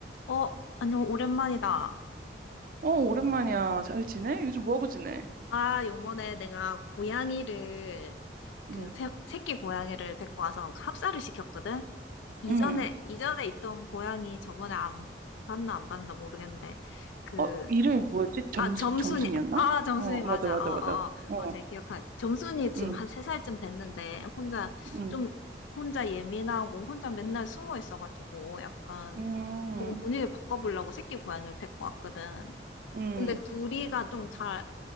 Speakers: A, on the left; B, on the right.
A: 어, 안녕, 오랜만이다.
B: 어, 오랜만이야. 잘 지내? 요즘 뭐하고 지내?
A: 아, 요번에 내가 고양이를, 그,
B: 응,
A: 새, 새끼 고양이를 데리고 와서 합사를 시켰거든? 이전에,
B: 응.
A: 이전에 있던 고양이 저번에 안 봤나 안 봤나 모르겠는데, 그,
B: 어, 이름이 뭐였지? 점수,
A: 아, 점순이,
B: 점순이었나?
A: 아, 점순이
B: 어,
A: 맞아.
B: 맞아, 맞아,
A: 어,
B: 맞아.
A: 어, 어,
B: 어,
A: 어, 잘 기억하네. 점순이 지금
B: 응,
A: 한 세살쯤 됐는데, 혼자,
B: 응,
A: 좀, 혼자 예민하고, 혼자 맨날 숨어 있어가지고, 약간,
B: 응,
A: 조금 분위기 바꿔보려고 새끼 고양이를 데리고 왔거든.
B: 응.
A: 근데 둘이가 좀 잘